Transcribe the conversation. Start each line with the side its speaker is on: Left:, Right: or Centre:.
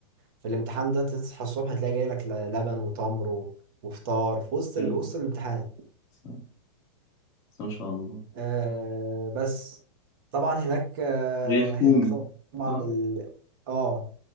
Right: في الامتحان ده تصحى الصبح تلاقي جاي لك لبن وتمر و- وفطار في وسط
Left: حلوة
Right: ال- وسط الامتحان
Left: بس بس ما شاء الله
Right: آه بس طبعا هناك آه
Left: هي حكومي
Right: هناك طبعا
Left: صح؟
Right: ال... اه